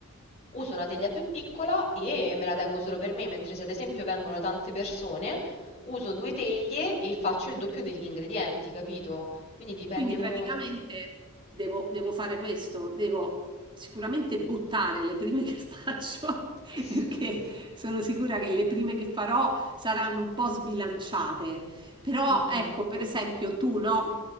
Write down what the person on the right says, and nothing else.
Quindi
praticamente devo, devo fare questo, devo sicuramente buttare le prime che faccio, <laughs>
perché
sono sicura che le prime che farò saranno un po' sbilanciate. Però
ecco, per esempio, tu no,